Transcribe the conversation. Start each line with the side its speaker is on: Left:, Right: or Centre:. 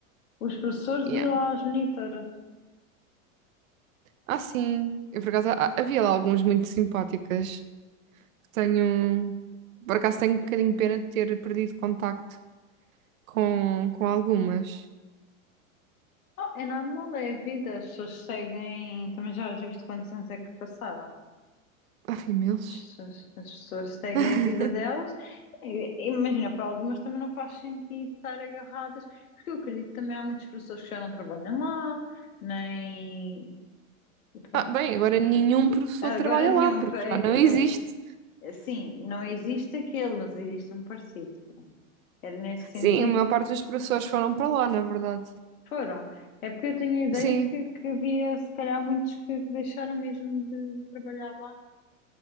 Left: Os professores
Right: Yeah.
Left: e lá as monitoras.
Right: Ah, sim. Eu, por acaso, ah, havia lá alguns muito simpáticas. Tenho, por acaso tenho um bocadinho de pena de ter perdido contacto com, com algumas.
Left: Oh, é normal, é a vida. As pessoas seguem. Também já, já viste quantos anos é que passaram?
Right: Ah, imensos.
Left: As pessoas, as pessoas seguem
Right: <laughs>
Left: a vida delas. E- Imagina, para algumas também não faz sentido estar agarradas, porque eu acredito que também há muitos professores que já não trabalham lá, nem. Pronto.
Right: Ah, bem, agora nenhum professor
Left: Agora
Right: trabalha
Left: nenhum,
Right: lá, porque
Left: pa- é,
Right: já não existe.
Left: o que Sim, não existe aquele, mas existe um parecido. Pronto. Era nesse sentido,
Right: Sim, a maior parte dos professores foram para lá, na verdade.
Left: foram. É porque eu tenho a ideia
Right: Sim,
Left: que, que havia, se calhar, muitos que deixaram mesmo de trabalhar lá.